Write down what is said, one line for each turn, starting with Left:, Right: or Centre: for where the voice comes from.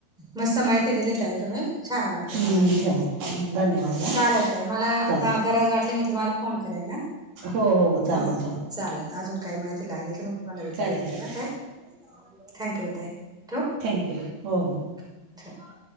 Centre: मस्त माहिती दिली ताई तुम्ही. छान वाट टलं
Right: थँक
Centre: मला.
Right: धन्यवाद हा
Centre: चालेल ताई, मला
Right: चालेल
Centre: अ गरज वाटलं मी तुम्हाला फोन करेन हा.
Right: हो हो चालेल
Centre: हाव, चालेल अजून काही माहिती लागली की मी तुम्हाला विचारून
Right: चालेल चालेल
Centre: <unintelligible> थँक्यू ताई. ठेवू.
Right: थँक्यू हो हो!
Centre: <inaudible>